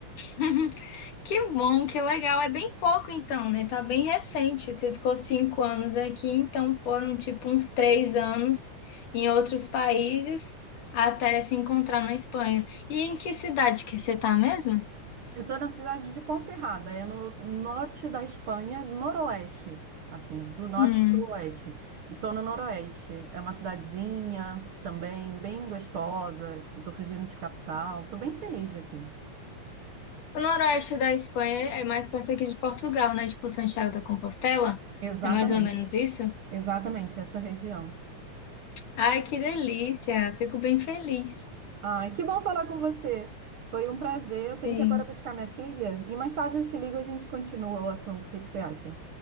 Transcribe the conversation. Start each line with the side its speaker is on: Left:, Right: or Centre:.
Left: <laughs> Que bom, que legal. É bem pouco então, né? Tá bem recente. Você ficou cinco anos aqui, então foram tipo uns três anos em outros países até se encontrar na Espanha. E em que cidade que você tá mesmo?
Right: Eu estou na cidade de Ponferrada, é no norte da Espanha, noroeste. Assim, do norte
Left: Hum.
Right: para o oeste. E estou no noroeste. É uma cidadezinha também bem gostosa. Estou fugindo de capital. Estou bem feliz aqui.
Left: O noroeste da Espanha é mais perto aqui de Portugal, né? Tipo Santiago da Compostela.
Right: Exatamente.
Left: É mais ou menos isso?
Right: Exatamente, essa região.
Left: Ai, que delícia! Fico bem feliz.
Right: Ai, que bom falar com você. Foi um prazer. Eu tenho
Left: Sim.
Right: que agora buscar minha filha e mais tarde eu te ligo e a gente continua o assunto. O que que você acha?